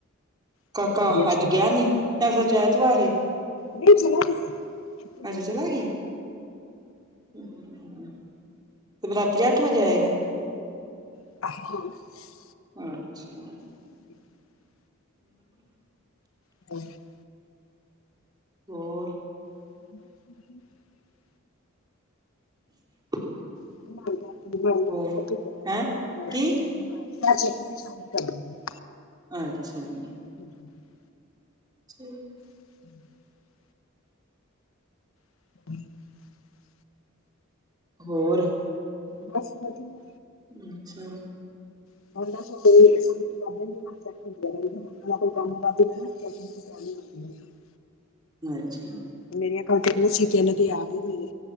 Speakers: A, on the left; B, on the right.
A: ਵਧੀਆ
B: ਕਾਕਾ
A: ਚੱਲ
B: ਅੱਜ ਗਿਆ ਨੀ, ਅੱਜ ਸੱਚ ਐਤਵਾਰ ਏ।
A: ਨਹੀ ਚਲਾ ਗਿਆ।
B: ਅੱਜ ਚਲਾ ਗਿਆ ਤੇ ਫੇਰ ਰਾਤੀ ਅੱਠ ਵਜੇ ਆਏਗਾ
A: <inaudible>
B: ਅੱਛਾ।
A: ਼ <inaudible>
B: <inaudible>
A: <unintelligible>
B: ਹੋਰ
A: <inaudible>
B: <inaudible>
A: <unintelligible>
B: ਹੋਰ ਹੈਂ ਕੀ ਅੱਛਾ ਜ।
A: <inaudible>
B: ਠੀਕ।
A: <inaudible> <inaudible>
B: ਹੋਰ।
A: ਬਸ ਵਧੀਆ।
B: ਅੱਛਾ।
A: <unintelligible> <unintelligible>
B: ਅੱਛਾ।
A: ਮੇਰੀਆਂ ਕੱਲ ਤਿੰਨ ਸੀ, ਤਿੰਨ ਤੇ ਆ ਗਈ।